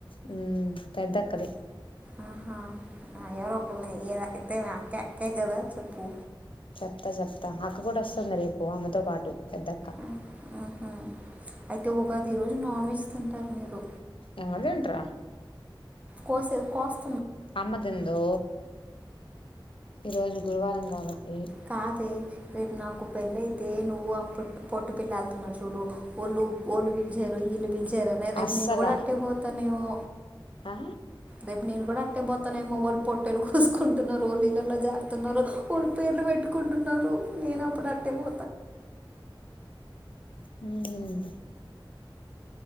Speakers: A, on the left (about 80°); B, on the right (about 15°).
A: హ్మ్ పెద్దక్కది
B: ఆహా ఎవరోక్కలే ఎదైతేమీ అక్కే అక్కే కదా చెప్పు
A: చెప్తా చెప్తా అక్క కూడా వస్తుంది రేపు అమ్మతో పాటు పెద్దక్క
B: ఆ, ఆహా. అయితే ఉగాది రోజు నాన్ వెజ్ తింటారు మీరు
A: ఎవరు తింటారు
B: కోసే కోస
A: అమ్మదిందు ఈరోజు గురువారం కాబట్టి
B: కాదే రేపు నాకు పెళ్ళయితే నువ్వు అ పొ పొట్టు పెళ్ వెళ్తున్నావ్ చూడు వోళ్ళు వోళ్ళు పిలిచారు వాళ్లు పిలిచారు అనే రేపు
A: అస్సలా
B: నేను కూడా అట్టే పోతానేమో
A: ఆ
B: రేపు నేను కూడా అట్టే పోతానేమో వాళ్ళు పొట్టేలు కోసుకు కుంటున్నారూ వొళ్ళ ఇళ్ళలో జేతున్నారు వాళ్ళు పేర్లు పెట్టుకుంటున్నారు నేన్ అప్పుడు అట్టే పో
A: మ్మ్